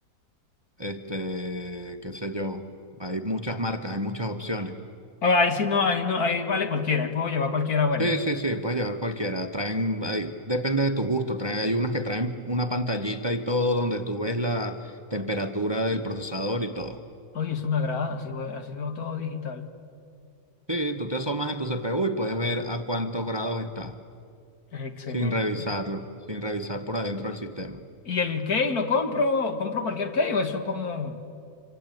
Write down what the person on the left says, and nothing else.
Ah, Ahí sí no, ahí no, ahí vale cualquiera, ahí puedo llevar cualquiera buena.
Oye, eso me agrada, así, voy- así veo todo digital.
Es excelente.
¿Y el key lo compro? ¿Compro cualquier key o eso como,